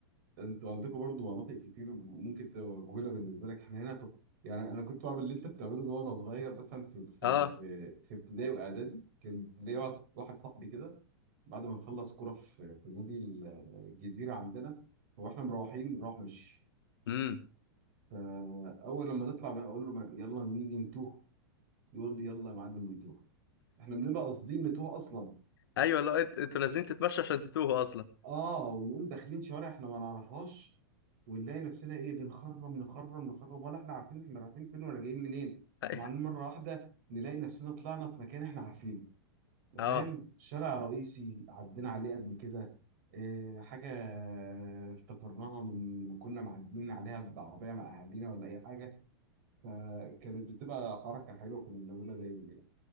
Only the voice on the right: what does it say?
انتوا عندكم برضو مناطق كتير ممكن تبقى مجهوله بالنسبه لك احنا هنا كنت يعني انا كنت بعمل اللي انت بتعمله ده وانا صغير مثلا في في
في في ابتدائي واعدادي كان ليا واحد واحد صاحبي كده بعد ما نخلص كوره في في نادي ال- الجزيره عندنا واحنا مروحين بنروح مشي
فاول لما نطلع بقى اقول له ما- يلا نيجي نتوه يقول لي يلا يا معلم نتوه احنا بنبقى قاصدين نتوه اصلا
اه ونقوم داخلين شوارع احنا ما نعرفهاش ونلاقي نفسنا ايه بنخرم نخرم نخرم ولا احنا عارفين احنا رايحين فين ولا جايين منين
وبعدين مره واحده نلاقي نفسنا طلعنا في مكان احنا عارفينه انت
فاهم شارع رئيسي عدينا عليه قبل كده اه حاجه افتكرناها من ما كنا معديين عليها بعربيه مع اهالينا ولا اي حاجه فكانت بتبقى حركه حلوه كنا بنعملها دايما كده